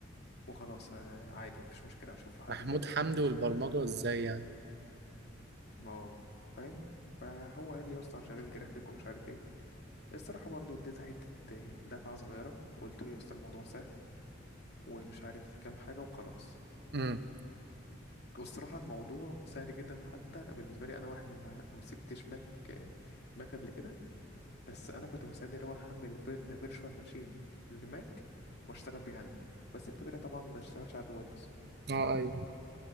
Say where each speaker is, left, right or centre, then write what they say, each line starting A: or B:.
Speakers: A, on the left; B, on the right.
A: وخلاص آه، عادي مفيش مشكلة أشوف حد
B: محمود
A: تاني
B: حمدي
A: وخلاص
B: والبرمجة ازاي يعني؟
A: ما هو فاهم فهو قال لي يا اسطى أنا شغال جرافيك ومش عارف ايه الصراحة برضه اديته حتة آه، دفعة صغيرة وقلت له يا اسطى الموضوع سهل ومش عارف كام حاجة وخلاص
B: امم
A: والصراحة الموضوع سهل جدا حتى بالنسبة لي أنا واحد ما ما مسكتش ماك ماك قبل كده بس أنا كنت مستعد اللي هو أحمل في- ده فيرتشوال ماشين لماك وأشتغل بيها أنا بس الفكرة طبعا ما اشتغلش على الويندوز
B: اه ايوه